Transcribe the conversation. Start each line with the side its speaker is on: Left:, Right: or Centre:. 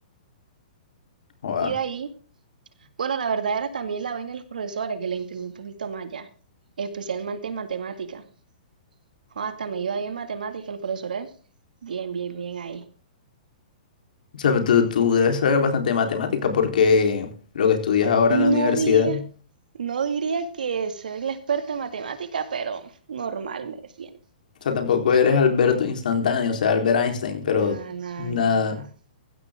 Left: Wow.
Right: Y de ahí, bueno, la verdad era también la vaina de los profesores, que le entendí un poquito más ya, especialmente en matemática. Jo, hasta me iba bien en matemática, los profesores, bien, bien, bien ahí.
Left: O sea, pero tú, tú debes saber bastante de matemática porque lo que estudias ahora en la universidad,
Right: No diría,
Left: o
Right: no diría que soy la experta en matemática, pero normal me defiendo.
Left: sea, tampoco eres Alberto instantáneo, o sea, Albert Einstein, pero
Right: Nada, nada,
Left: nada.
Right: nada, nada.